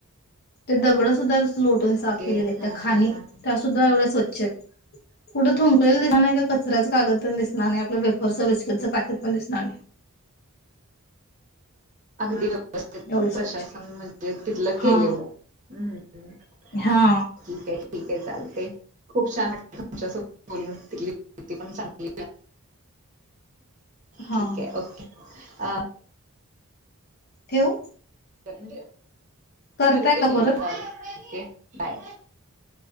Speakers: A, on the left; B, on the right.
A: ते दगड सुद्धा लोटून साफ
B: ओके
A: केलेले त्या
B: हा
A: खाणि
B: हा हा
A: सुद्धा एवढे स्वच्छ आहेत. कुठे थुंकण्याचे दिसणार नाही की कचऱ्याचे कागद दिस दिसणार नाही आपलं बेफरचं, बस्कीटचं, पाकेट पण दिसणार नाही.
B: अगदी वव
A: एवढी स्वच्छ
B: प्रशासन म्हणजे तिथलं केलेलं
A: हा
B: हम्. ठीक
A: हा
B: आहे ठीक आहे चालते. खूप छान तुमच्यासत बोलून तथली पण चांगली
A: हा
B: ठीक आहे ओके अ
A: ठेऊ.
B: म्हणजे
A: करताय
B: करते
A: का
B: तुम्हाला
A: परत
B: कॉल ओके बाय.